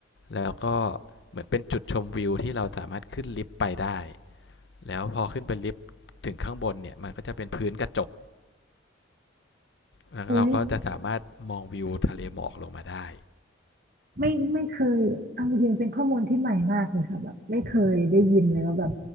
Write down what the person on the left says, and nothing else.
แล้วก็เหมือนเป็นจุดชมวิวที่เราสามารถขึ้นลิฟต์ไปได้แล้วพอขึ้นไปลิฟต์ถึงข้างบนเนี่ยมันก็จะเป็นพื้นกระจกแล้วเราก็จะสามารถมองวิวทะเลหมอกลงมาได้